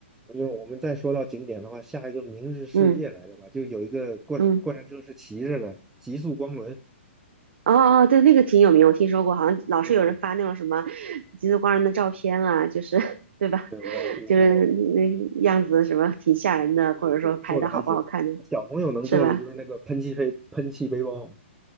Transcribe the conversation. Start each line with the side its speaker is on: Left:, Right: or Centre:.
Centre: 因为我们再说到景点的话，下一个明日世界来着吧，
Right: 嗯。
Centre: 就有一个过过山车是骑着的，
Right: 嗯，
Centre: 极速光轮。
Right: 哦哦，对，那个挺有名，我听说过，好像老是有人发那种什么
Centre: 对对对
Right: 极速光人的照片啊，就是 <laughs> 对吧？
Centre: 对，我我我
Right: <laughs> 就是那样子什么挺吓人的，或者说拍的好不好看的，
Centre: 对对做的还行。小朋友能做的就是那个喷气飞喷气背包，
Right: 是吧？